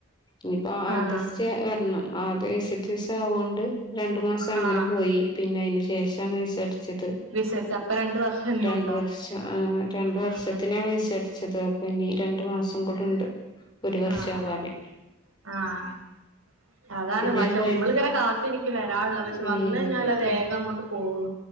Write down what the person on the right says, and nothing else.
ആഹ്
ആഹ്
വിസരിച്ച് അപ്പൊ രണ്ട് വർഷം ഇനിയും
ഉണ്ടാവും
ഉം ഉം
ആഹ്
ആഹ് ആഹ് അതാണ്
പക്ഷെ
ഉമ്മള് ഇങ്ങനെ കാത്തിരിക്കും വരാ ള്ള് പക്ഷെ
വന്ന് കഴിഞ്ഞാലൊ
വേഗം അങ്ങോട്ട് പോകു